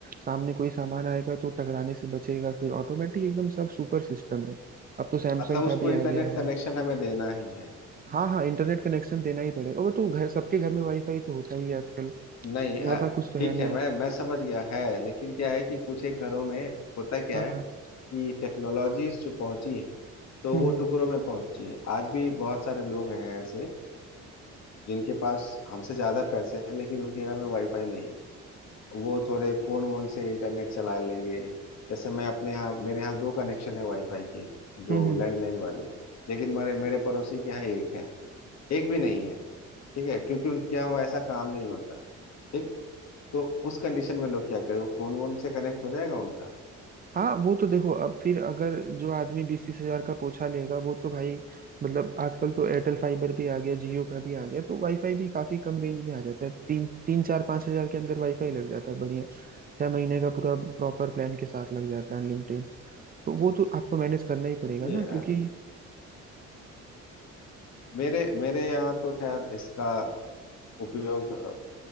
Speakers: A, on the right (about 30°); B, on the left (about 60°).
A: सामने कोई सामान आएगा तो टकराने से बचेगा फिर ऑटोमेटिक एकदम सब सुपर सिस्टम है अब तो सैमसंग
B: मतलब
A: का
B: उसको
A: भी
B: इंटरनेट
A: आ गया है
B: कनेक्शन हमें देना ही है
A: हाँ हाँ इंटरनेट कनेक्शन देना ही पड़ेगा वो तो घर सबके घर में वाईफाई तो होता ही है आजकल
B: नहीं
A: ज्यादा
B: अ,
A: कुछ तो
B: ठीक
A: है नहीं
B: है मैं मैं समझ गया है लेकिन क्या है कि कुछ एक घरों में होता क्या
A: हाँ
B: है
A: हाँ
B: कि टेक्नोलॉजीज जो पहुंची है तो
A: हम्म
B: वो
A: हम्म
B: टुकड़ों में पहुंची है आज भी बहुत सारे लोग हैं ऐसे अ, जिनके पास हमसे ज्यादा पैसे हैं लेकिन उनके घर में वाईफाई नहीं है वो थोड़े फोन वोन से इंटरनेट चला लेंगे जैसे मैं अपने यहाँ मेरे यहाँ दो कनेक्शन है वाईफाई के जो
A: हम्म हम्म।
B: लैंडलाइन वाले लेकिन मेरे मेरे पड़ोसी के यहाँ एक है एक भी नहीं है ठीक है क्योंकि उनके यहाँ वो ऐसा काम नहीं होता ठीक तो उस कंडीशन में लोग क्या करें वो फोन वोन से कनेक्ट हो जाएगा उनका
A: हाँ वो तो देखो अब फिर अगर जो आदमी बीस तीस हजार का पोछा लेगा वो तो भाई मतलब आजकल तो एयरटेल फाइबर भी आ गया जियो का भी आ गया तो वाईफाई भी काफी कम रेंज में आ जाता है तीन तीन चार पाँच हजार के अंदर वाईफाई लग जाता है बढ़िया छह महीने का पूरा प्रॉपर प्लान के साथ लग जाता है अनलिमिटेड तो वो तो आपको मैनेज करना ही पड़ेगा
B: ये
A: ना
B: है
A: क्योंकि
B: यार मेरे मेरे यहाँ तो खैर इसका उपयोग अ,